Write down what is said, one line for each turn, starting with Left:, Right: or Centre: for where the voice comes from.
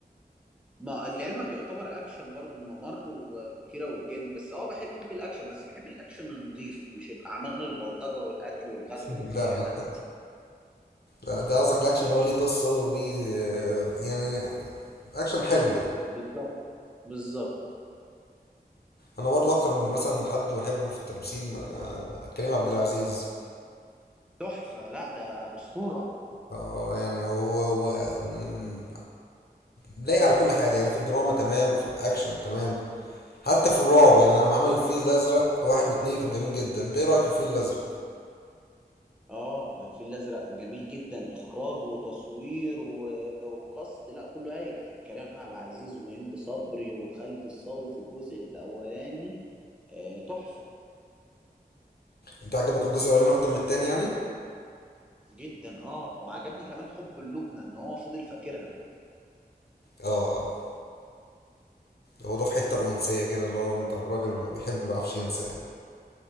Centre: ما لعلمك يعتبر اكشن برضو الممر و- وكيرة والجن بس اه بحب الاكشن بس بحب الاكشن النظيف مش الاعمال البلطجة والقتل والغدر
Left: <laughs>
Centre: والخيانة
Left: لا لا لا ده قصدك الاكشن هو ليه قصة وليه آه، يعني اكشن حلو يعني
Centre: بالظبط بالظبط
Left: انا برضو اكتر من مثلا حد بحبه في التمثيل آه، كريم عبد العزيز
Centre: تحفة لا ده أسطورة
Left: اه يعني هو هو مم، لايق على كل حاجة يعني في الدراما تمام في الأكشن تمام حتى في الرعب يعني أنا لما عمل الفيل الأزرق واحد واتنين كان جميل جدا أنت إيه رأيك في الفيل الأزرق؟
Centre: اه الفيل الأزرق جميل جدا إخراج وتصوير و... وكاست لا كله هايل كريم عبد العزيز وهند صبري وخالد الصاوي في الجزء الأولاني آه تحفة
Left: أنت عجبك الجزء الأولاني أكتر من التاني يعني؟
Centre: جدا اه وعجبني كمان حب اللبنة إن هو فضل فاكرها
Left: اه هو ده في حتة رومانسية كده اللي هو أنت الراجل اللي ما بيحب ما بيعرفش ينسى يعني